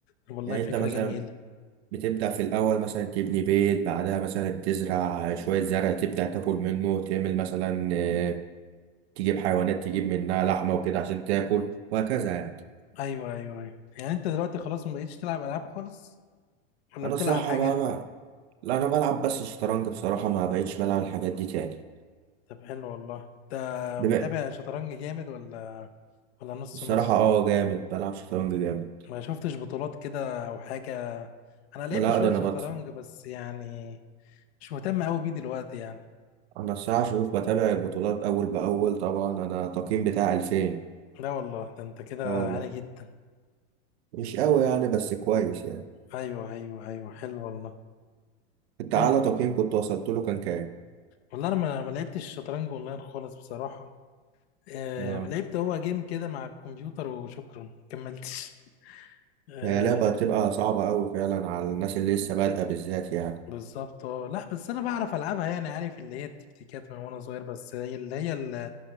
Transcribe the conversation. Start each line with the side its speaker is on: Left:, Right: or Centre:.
Left: طب والله
Right: يعني
Left: فكرة
Right: أنت مثلا
Left: جميلة
Right: بتبدأ في الأول مثلا تبني بيت بعدها مثلا تزرع شوية زرع تبدأ تاكل منه تعمل مثلا آه، تجيب حيوانات تجيب منها لحمة وكده عشان تاكل وهكذا يعني
Left: ايوه ايوه ايوه يعني انت دلوقتي خلاص ما بقيتش تلعب العاب خالص ولا
Right: أنا
Left: بتلعب
Right: الصراحة
Left: حاجه
Right: بقى ما لا أنا بلعب بس شطرنج بصراحة ما بقتش بلعب الحاجات دي تاني
Left: طب حلو والله انت
Right: بما
Left: متابع شطرنج جامد ولا ولا نص
Right: الصراحة
Left: نص
Right: اه جامد بلعب شطرنج جامد
Left: ما شفتش بطولات كده او حاجه انا لقيت
Right: لا
Left: شويه
Right: ده أنا
Left: شطرنج
Right: بطفي
Left: بس يعني مش مهتم قوي بيه دلوقتي يعني
Right: أنا الصراحة شوف بتابع البطولات أول بأول طبعا أنا التقييم بتاعي 2000
Left: لا والله ده انت كده
Right: اه والله
Left: عالي جدا
Right: مش قوي يعني بس كويس يعني
Left: ايوه ايوه ايوه حلو والله
Right: انت أعلى
Left: ايوه
Right: تقييم كنت وصلت له كان كام؟
Left: والله انا ما ما لعبتش شطرنج اونلاين خالص بصراحه آه
Right: اه
Left: لعبت هو جيم كده مع الكمبيوتر وشكرا ما كملتش آه،
Right: هي لعبة بتبقى صعبة أوي فعلا على الناس اللي لسه بادئة بالذات يعني
Left: بالظبط اه لا بس انا بعرف العبها يعني عارف اللي هي التكتيكات من وانا صغير بس هي اللي هي ال-